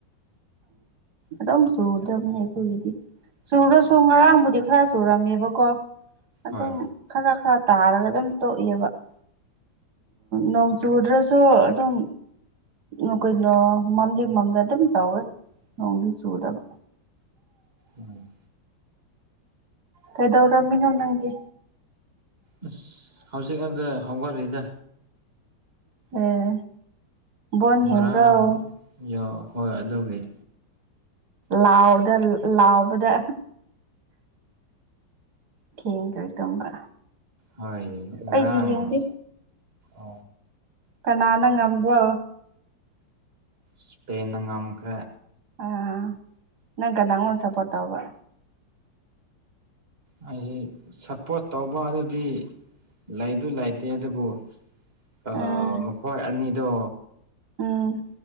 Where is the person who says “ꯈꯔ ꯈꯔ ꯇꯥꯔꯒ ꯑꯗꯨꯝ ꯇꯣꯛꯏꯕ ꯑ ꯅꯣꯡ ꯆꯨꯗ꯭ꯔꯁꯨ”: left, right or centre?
Right